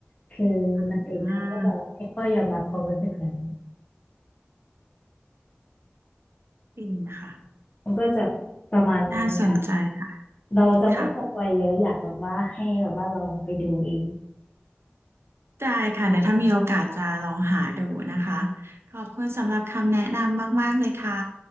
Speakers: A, on the left; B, on the right.
A: คือนางเอกเขาก็จะไม่ค่อยยอมรับความรู้สึกนั้น
B: อ่าปินค่ะ
A: มันก็จะประมาณนี้ค่ะ
B: น่าสนใจค่ะ
A: เราจะไม่สปอยเยอะอยากแบบว่าให้แบบว่าลองไปดูเอง
B: ค่ะได้ค่ะเดี๋ยวถ้ามีโอกาสจะลองหาดูนะคะ ขอบคุณสำหรับคำแนะนำมากๆเลยค่ะ